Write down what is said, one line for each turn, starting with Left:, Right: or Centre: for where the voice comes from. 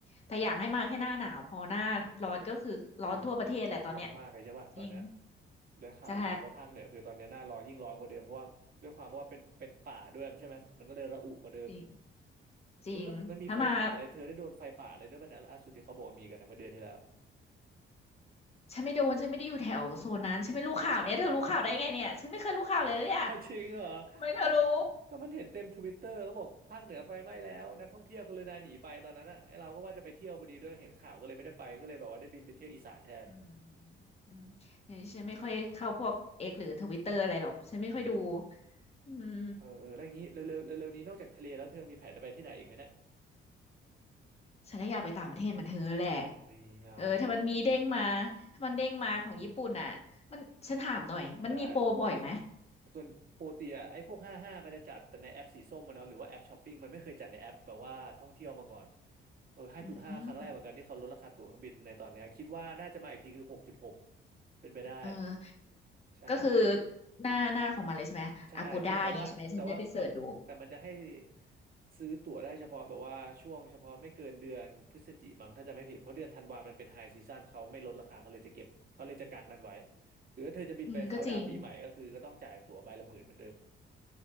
Left: แต่อยากให้มาแค่หน้าหนาวพอหน้าร้อนก็คือร้อนทั่วประเทศแหละตอนเนี้ย
Right: มันร้อนร้อนมากเลยใช่ปะตอนเนี้ย
Left: จริง
Right: ได้ข่าวอยู่ว่าภาคเหนือคือตอนเนี้ยหน้าร้อนยิ่งร้อนกว่าเดิมเพราะว่าด้วยความว่าเป็นเป็นป่าด้วยใช่ไหมมันก็เลยระอุกว่าเดิม
Left: ใช่จริง
Right: เอ้ยแล้วมันมีไฟป่าอะไรเธอได้โดนไฟป่าอะไรด้วยป่ะเนี่ยล่าสุดที่เขาบอกว่ามีกันนะเมื่อเดือนที่แล้ว
Left: จริงถ้ามาฉันไม่โดนฉันไม่ได้อยู่แถวโซนนั้นฉันไม่รู้ข่าวเนี่ยเธอรู้ข่าวได้ไงเนี่ยฉันไม่เคยรู้ข่าวเลยนะเนี่ย
Right: จริงเหรอ
Left: ทำไมเธอรู้
Right: ก็ก็มันเห็นเต็มทวิตเตอร์เขาบอกภาคเหนือไฟไหม้แล้วนักท่องเที่ยวกรุณาหนีไปตอนนั้นอ่ะไอเราก็ว่าจะไปเที่ยวพอดีด้วยเห็นข่าวก็เลยไม่ได้ไปก็เลยแบบว่าได้บินไปเที่ยวอีสานแทน
Left: อืมอืมอย่างนี้ฉันไม่ค่อยเข้าพวกเอ็กหรือทวิตเตอร์อะไรหรอกฉันไม่ค่อยดู
Right: อ๋อ
Left: อืม
Right: เออเออแล้วอย่างนี้เร็วเร็วเร็วเร็วๆนี้นอกจากทะเลแล้วเธอมีแผนจะไปที่ไหนอีกไหมเนี่ย
Left: ฉันก็อยากไปต่างประเทศเหมือนเธอแหละ
Right: นี่เอาละ
Left: เออถ้ามันมีเด้งมาถ้ามันเด้งมาของญี่ปุ่นอ่ะมันฉันถามหน่อยมันมีโปรบ่อยไหม
Right: ได้ส่วนปกติอ่ะไอ้พวกห้าห้ามันจะจัดแต่ในแอปสีส้มมันเนาะหรือว่าแอปช้อปปิ้งมันไม่เคยจัดในแอปแบบว่าท่องเที่ยวมาก่อนเออห้าจุดห้าครั้งแรกเหมือนกันที่เขาลดราคาตั๋วเครื่องบินในตอนเนี้ยคิดว่าน่าจะมาอีกทีคือหกจุดหก
Left: อืม
Right: เป็นไปได้
Left: เออ
Right: ใช่
Left: ก็คือหน้าหน้าของมันเลยใช่ไหมอากูด้าอย่างงี้ใช่ไหมฉันจะได้ไปเสิร์ชดู
Right: ใช่ใช่แต่ว่าแต่ว่าเขาแต่มันจะให้ซื้อตั๋วได้เฉพาะแบบว่าช่วงเฉพาะไม่เกินเดือนพฤศจิมั้งถ้าจะไม่ผิดเพราะเดือนธันวามันเป็นไฮซีซั o นเขาไม่ลดราคาเขาเลยจะเก็บเขาเลยจะกักนั้นไว้คือถ้าเธอจะบินไปเขาน์ดาวน์ปีใหม่ก็คือก็ต้องจ่ายตั๋วใบละหมื่นเหมือนเดิม
Left: อืมก็จริง